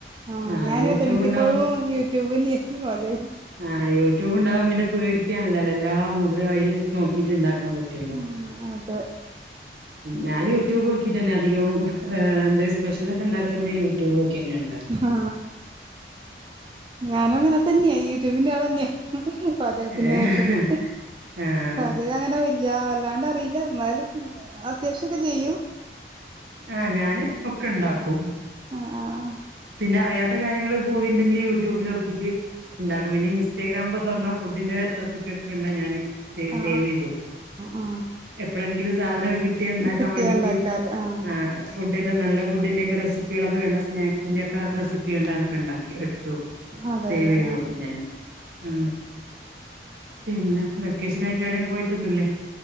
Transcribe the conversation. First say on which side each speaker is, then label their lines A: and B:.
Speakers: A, on the right; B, on the right.
A: ആ
B: ആഹ്
A: ഞാനും
B: യൂട്യൂബ്
A: അതേ മിക്കപ്പോഴും
B: ഉണ്ടാവും
A: യൂട്യൂബ് ന്നായായിരിക്കും പാചകം
B: ആഹ് യൂട്യൂബ് ഉണ്ടാവും പിന്നെ പേടി <unintelligible> എല്ലാം അതില് നോക്കിട്ട് ഉണ്ടാക്കാൻ പറ്റൂല്ലോ
A: ആഹ് അതെ
B: ഞാൻ യൂട്യൂബ് നോക്കി തന്നെ അധികോം ഏ എന്തെങ്കിലും സ്പെഷ്യൽ ഒക്കെ ഉണ്ടാക്കുന്നുണ്ടെങ്കി യൂട്യൂബ് നോക്കിന്നെയാണ്
A: ആ ഞാനും അങ്ങനെ തന്നെയാ ഇതിൻ്റെ ആള് തന്നെയാ പാചകത്തിന്റെ
B: ഏഹ്
A: കാര്യത്തില്
B: ആഹ്
A: പാചകം അങ്ങനെ വല്യ യാ ല്ലാണ്ട് അറിയില്ല എന്നാലും അത്യാവശ്യ ഒക്കെ ചെയ്യും
B: ആ ഞാന് ഒക്കെ ഉണ്ടാകും ഉം
A: ആ ആ
B: പിന്നെ അറിയാത്ത കാര്യങ്ങള് പോയിട്ടുണ്ടെങ്കില് യൂട്യൂബിൽ നോക്കിട്ട് ഉണ്ടാക്കും പിന്നെ ഇൻസ്റ്റാഗ്രാമ് ഒക്കെ തുറന്ന ഫുഡിന്റെ റെസിപ്പി ഒക്കെ ഉണ്ടാ ഞാന് വ സേവ്
A: ആ
B: ചെയ്ത് വെയ്ക്കും
A: ആ ആ
B: എപ്പോഴെങ്കിലും സാധനോക്കെ കി കിട്ടിയ ഇണ്ടാക്കാൻ
A: കിട്ടിയ
B: വേണ്ടിട്ട്
A: ഉണ്ടാക്കാറ് ആ
B: ഏഹ് ഫുഡ് <unintelligible> നല്ല ഫുഡിന്റെയോക്കെ റെസിപ്പികളോക്കെ കണ്ട സ്നാക്സ് ഇതിന്റെ ഒക്കെ റെസിപ്പി കണ്ടാലൊക്കെ ഉണ്ടാക്കി എടുത്ത് വെക്കും
A: അതെ
B: സേവ്
A: അതെ
B: ചെയ്ത്
A: ആ
B: വെക്കും ഞൻ ഹും പിന്നെ <unintelligible> ക്കേഷനായിട്ട് എവിടെയും പോയിട്ടൊന്നില്ലേ